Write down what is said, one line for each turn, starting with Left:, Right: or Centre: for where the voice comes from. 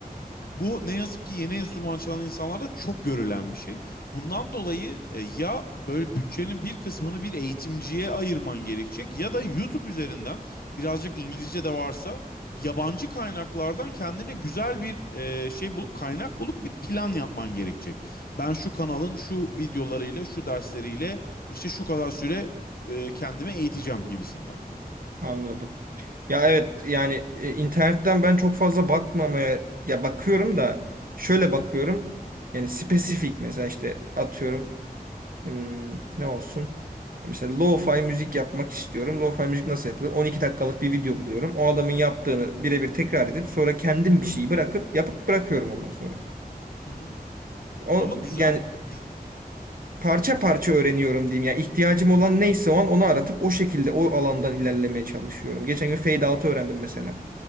Left: Bu ne yazık ki yeni enstrüman çalan insanlarda çok görülen bir şey. Bundan dolayı e, ya böyle bütçenin bir kısmını bir eğitimciye ayırman gerekecek ya da YouTube üzerinden birazcık İngilizce de varsa yabancı kaynaklardan kendine güzel bir e, şey bulup kaynak bulup bir plan yapman gerekecek. Ben şu kanalın şu videolarıyla, şu dersleriyle işte şu kadar süre e, kendime eğiteceğim gibisinden.
Right: anladım. Ya evet yani e, internetten ben çok fazla bakmamaya ya bakıyorum da şöyle bakıyorum. Yani spesifik mesela işte atıyorum hmm, ne olsun? Mesela lo-fi müzik yapmak istiyorum. Lo-fi müzik nasıl yapılır? 12 dakikalık bir video buluyorum. O adamın yaptığını birebir tekrar edip sonra kendim bir şeyi bırakıp yapıp bırakıyorum ondan sonra.
Left: Hı hı.
Right: O
Left: Ama güzel,
Right: yani
Left: gü-
Right: parça parça öğreniyorum diyeyim. Yani ihtiyacım olan neyse o an onu aratıp o şekilde o alandan ilerlemeye çalışıyorum. Geçen gün fade out'u öğrendim mesela.